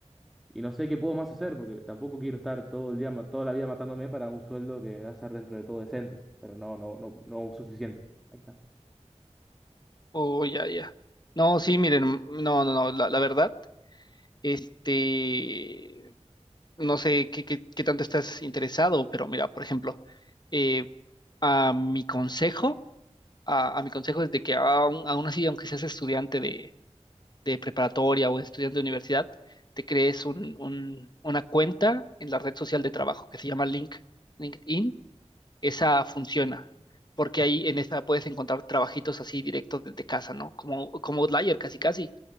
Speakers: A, in the centre; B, on the left (about 35°).
A: Y no sé qué puedo más hacer, porque tampoco quiero estar todo el día, ma- toda la vida matándome para un sueldo que va a ser dentro de todo decente, pero no, no, no, no suficiente. Ahí está.
B: Oh, ya, ya. No, sí, miren, no, no, no, la, la verdad, este, no sé qué, qué, qué tanto estás interesado, pero mira, por ejemplo, eh, a mi consejo, a, a mi consejo es de que aún, aún así, aunque seas estudiante de, de preparatoria o estudiante de universidad, te crees un, un- una cuenta en la red social de trabajo que se llama Link, LinkedIn esa funciona, porque ahí en esa puedes encontrar trabajitos así directos desde casa, ¿no? Como, como Outlier, casi casi,